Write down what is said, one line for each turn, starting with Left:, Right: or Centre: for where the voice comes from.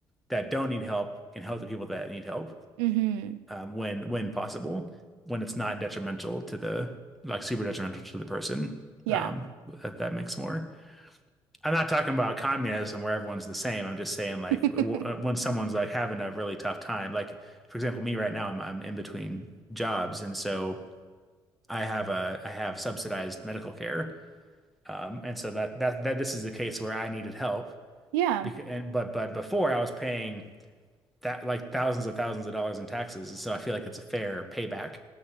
Centre: that don't need help can help the people that need help
Right: Mm-hmm.
Centre: um, when when possible, when it's not detrimental to the like super detrimental to the person.
Right: Yeah.
Centre: Um, that that makes more. I'm not talking about communism where everyone's the same. I'm just saying like
Right: <laughs>
Centre: w uh, when someone's like having a really tough time, like for example, me right now, I'm I'm in between jobs, and so I have a I have subsidized medical care. Um, and so that that that this is the case where I needed help
Right: Yeah.
Centre: because and, but but before I was paying that like thousands of thousands of dollars in taxes, and so I feel like it's a fair payback,